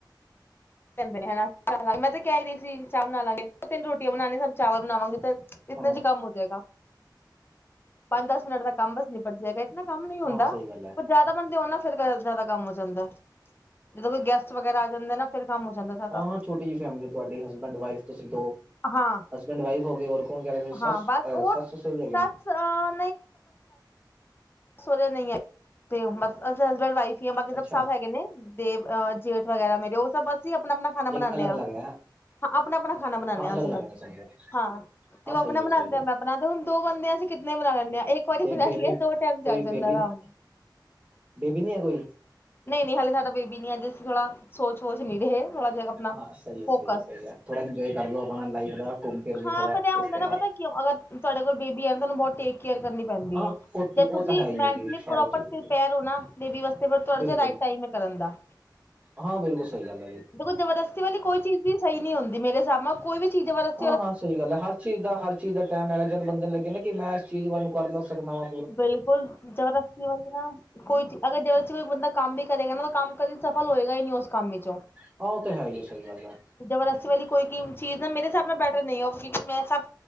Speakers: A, on the left; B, on the right.
A: ਨੇ ਹਨਾ ਬਣਾ ਲਾਂਗੇ ਮੈਂ ਤੇ ਕਹਿ ਰਹੀ ਸੀ, ਚਾਹ ਬਣਾ ਲਾਂਗੇ ਤਿੰਨ ਰੋਟੀਆਂ ਬਣਾਵਾਗੇ, ਸਭ ਚਾਵ ਬਣਾਵਾਂਗੇ ਤੇ। ਇਤਨਾ
B: ਹਾਂ
A: ਜੀ ਕੰਮ ਹੋ ਜਾਏਗਾ, ਪੰਜ ਦਸ ਮਿੰਨਟ ਦਾ ਕੰਮ ਬਸ ਨਿਪਟ ਜਾਏਗਾ। ਨਾ ਕੰਮ ਨੀ ਹੁੰਦਾ
B: ਹਾਂ ਸਹੀ ਗੱਲ ਹੈ
A: ਪਰ ਜ਼ਿਆਦਾ ਬੰਦੇ ਉਹਨਾਂ ਫਿਰ ਜਿਆਦਾ ਕੰਮ ਹੋ ਜਾਂਦਾ, ਜਦੋਂ ਕੋਈ ਗੈਸਟ ਵਗੈਰਾ ਆ ਜਾਂਦੇ ਨਾ ਫ਼ਿਰ ਕੰਮ ਹੋ ਜਾਂਦਾ। ਜ਼ਿਆਦਾ
B: ਹਾਂ, ਹਾਂ ਛੋਟੀ ਜਿਹੀ ਫੈਮਿਲੀ ਤੁਹਾਡੀ ਹਸਬੈਂਡ ਵਾਈਫ ਤੋਂਸੀ ਦੋ
A: ਹਾਂ
B: ਹਸਬੈਂਡ ਵਾਈਫ ਹੋ ਗਏ ਹੋਰ <unintelligible> ਸੱਤ-ਸੱਤ
A: ਹਾਂ ਬਸ ਉਹ
B: ਹੋ ਗਏ ਨੇ।
A: ਸੱਸ ਅਹ ਸੋਰੇ ਨਹੀਂ ਹੈ, ਤੇ ਬ ਅਸੀਂ ਹਸਬੈਂਡ ਵਾਈਫ ਹੀ ਆ ਬਾਕੀ ਸਭ
B: ਅੱਛਾ
A: ਸਭ ਹੈਗੇ ਨੇ ਦੇ ਅਹ ਜੇਠ ਵਗੈਰਾ ਮੇਰੇ, ਉਹ ਸਭ ਅਸੀਂ ਆਪਣਾ ਆਪਣਾ ਖਾਣਾ
B: ਲੇਕਿਨ
A: ਬਨਾਨੇ
B: ਅਲੱਗ
A: ਹਾਂ
B: ਅਲੱਗ ਹੈ
A: ਹਾਂ ਆਪਣਾ-ਆਪਣਾ ਖਾਣਾ ਬਨਾਨੇ ਹਾਂ
B: ਅਲੱਗ
A: ਅਸੀਂ
B: ਅਲੱਗ
A: ਸਭ
B: ਹੈ ਸਮਝ
A: ਹਾਂ ਤੇ
B: ਹਾਂ
A: ਉਹ
B: ਸਹੀ
A: ਆਪਣਾ ਬਨਾਦੇਂ
B: ਹੈ ਸਹੀ ਹੈ
A: ਆ, ਮੈਂ ਆਪਣਾ ਤੇ ਹੁਣ ਦੋ ਬੰਦੇ ਅਸੀਂ ਕਿੰਨੇ ਬਣਾ ਲੈਂਦੇ ਆ, ਇੱਕ ਵਾਰੀ
B: ਤੇ
A: ਬਣਾਣੀਏ
B: ਬੇਬੀ
A: ਦੋ ਟਾਈਮ
B: ਕੋਈ
A: ਚੱਲ
B: ਬੇਬੀ
A: ਜਾਂਦਾ ਆਰਾਮ
B: ਨਹੀਂ,
A: ਨਾਲ।
B: ਬੇਬੀ ਨਹੀ ਹੈ ਕੋਈ
A: ਨਹੀਂ-ਨਹੀਂ ਹਾਲੇ ਸਾਡਾ ਬੇਬੀ ਨਹੀ ਥੋੜ੍ਹਾ, ਸੋਚ ਨਹੀਂ ਰਹੇ ਥੋੜਾ ਜਿਹਾ ਆਪਣਾ
B: ਹਾਂ ਸਹੀ ਹੈ,
A: ਫੋਕਸ
B: ਸਹੀ ਹੈ, ਸਹੀ ਹੈ ਥੋੜਾ ਇੰਜੋਏ ਕਰਲੋ ਆਪਣਾ ਲਾਈਫ ਦਾ ਘੁੰਮ ਫਿਰਲੋ
A: ਹਾਂ
B: ਥੋੜਾ
A: ਫਿਰ ਇਹ
B: ਉਸ
A: ਹੁੰਦਾ
B: ਤੋਂ
A: ਨਾ
B: ਬਾਅਦ
A: ਪਤਾ ਕਿਉਂ ਅਗਰ ਤੁਹਾਡੇ ਕੋਲ ਬੇਬੀ ਹੈ ਨਾ, ਤੁਹਾਨੂੰ ਬਹੁਤ ਟੇਕ ਕੇਅਰ ਕਰਨੀ ਪੈਂਦੀ
B: ਹਾਂ
A: ਹੈ
B: ਉਹ
A: ਜ ਤੁਸੀ
B: ਉਹ ਤਾਂ ਹੈ ਹੀ
A: ਮੇਨਟੀਲੀ
B: ਹੈ ਜੀ ਸਾਰੀ
A: ਪ੍ਰੋਪਰ
B: ਚੀਜ਼
A: ਪਿਰਪੇਅਰ
B: ਦੀ।
A: ਔ ਨਾ ਬੇਬੀ ਵਾਸਤੇ ਫਿਰ ਤੁਹਾਡਾ
B: ਬਿਲਕੁਲ
A: ਰਾਇਟ ਟਾਇਮ ਹੇ ਕਰਨ ਦਾ। ਹ
B: ਹਾਂ ਬਿਲਕੁਲ ਸਹੀ ਗੱਲ ਹੈ ਜੀ
A: ਦੇਖੋ ਜਬਰਦਸਤੀ ਵਾਲੀ ਕੋਈ ਚੀਜ਼ ਵੀ ਸਹੀ ਨਹੀਂ ਹੁੰਦੀ ਮੇਰੇ ਹਿਸਾਬ ਨਾਲ ਕੋਈ ਵੀ ਚੀਜ਼ ਜਬਰਤੀ
B: ਹਾਂ ਹਾਂ ਸਹੀ ਗੱਲ ਹੈ, ਹਰ ਚੀਜ਼ ਦਾ ਹਰ ਚੀਜ਼ ਦਾ ਟਾਈਮ ਹੈਗਾ ਜਦ ਬੰਦੇ ਨੂੰ ਲੱਗੇ ਨਾ, ਕਿ ਮੈਂ ਇਸ ਚੀਜ਼ ਵੀ ਨੂੰ ਕਰ ਦੱਸ ਸਕਦਾ ਵਾ,
A: ਬਿਲਕੁਲ ਜਬਰਦਸਤੀ ਵਾਲੀ ਨਾ ਕੋਈ ਅਗਰ ਜਬਰਦਸਤੀ ਕੋਈ ਬੰਦਾ ਕੰਮ ਵੀ ਕਰੇਗਾ, ਨਾ ਕੰਮ ਕਰੀ। ਸਫਲ ਹੋਏਗਾ ਹੀ ਨਹੀਂ ਉਸ ਕੰਮ ਵਿਚੋਂ,
B: ਹਾਂ ਉਹ ਤਾਂ ਹੈ ਹੀ ਆ ਸਹੀ ਗੱਲ ਹੈ
A: ਜ਼ਬਰਸੀ ਵਾਲੀ, ਕੋਈ ਚੀਜ਼ ਨਾ ਮੇਰੇ ਹਿਸਾਬ ਨਾਲ ਬੈਟਰ ਨਹੀਂ ਹੋ ਕਿਉਂਕਿ ਮੈਂ ਸਭ